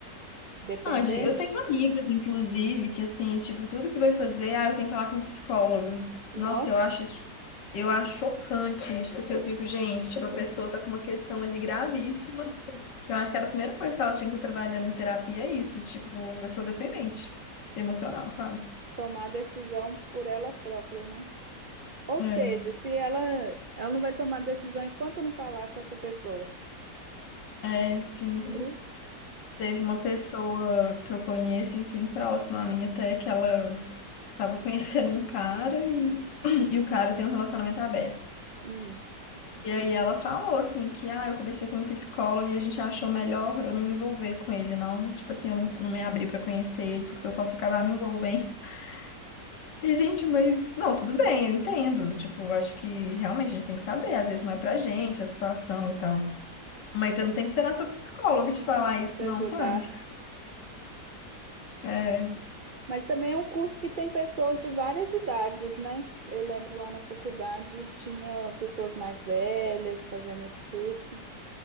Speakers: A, on the right (about 70°); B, on the left (about 85°).
A: Dependência.
B: Pode. Eu tenho amigas, inclusive, que assim, tipo, tudo que vai fazer, ah, eu tenho que falar com um psicólogo.
A: Nós
B: Nossa, eu acho isso, eu acho chocante. Tipo, assim, eu fico, gente, tipo, a pessoa tá com uma questão ali gravíssima, que eu acho que era a primeira coisa que ela tinha que estar trabalhando em terapia, é isso, tipo, eu sou dependente emocional, sabe?
A: tomar decisão por ela própria, né? Ou
B: É,
A: seja, se ela, ela não vai tomar decisão enquanto não falar com essa pessoa.
B: é, sim.
A: Nu,
B: Teve uma pessoa que eu conheço, enfim, próxima a mim até, que ela tava <laughs> conhecendo um cara e, <clears throat> e o cara tem um relacionamento aberto.
A: hum,
B: E aí ela falou assim que ah, eu conversei com um psicólogo e a gente achou melhor eu não me envolver com ele, não. Tipo assim, eu não, não me abrir pra conhecer ele porque eu posso acabar me envolvendo. <laughs> E, gente, mas não, tudo bem, eu entendo. Tipo, eu acho que realmente a gente tem que saber, às vezes não é pra gente a situação e tal. Mas você não tem que esperar seu psicólogo te falar isso,
A: te
B: não,
A: ajudar.
B: sabe? É,
A: Mas também é um curso que tem pessoas de várias idades, né? Eu lembro lá na faculdade tinha pessoas mais velhas fazendo esse curso,